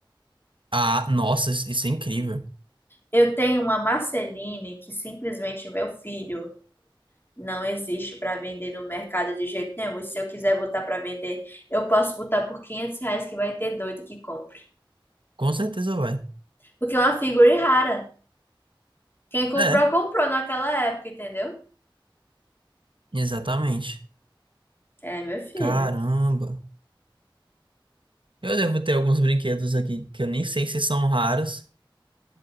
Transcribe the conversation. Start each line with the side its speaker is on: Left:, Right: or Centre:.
Right: Ah, nossa, isso isso é incrível.
Left: Eu tenho uma Marceline que simplesmente meu filho Não existe para vender no mercado de jeito nenhum. E se eu quiser botar para vender, eu posso botar por 500 reais que vai ter doido que compre.
Right: Com certeza vai.
Left: Porque é uma figura rara. Quem comprou,
Right: É,
Left: comprou naquela época, entendeu?
Right: exatamente.
Left: É, meu filho.
Right: Caramba. Eu devo ter alguns brinquedos aqui que eu nem sei se são raros.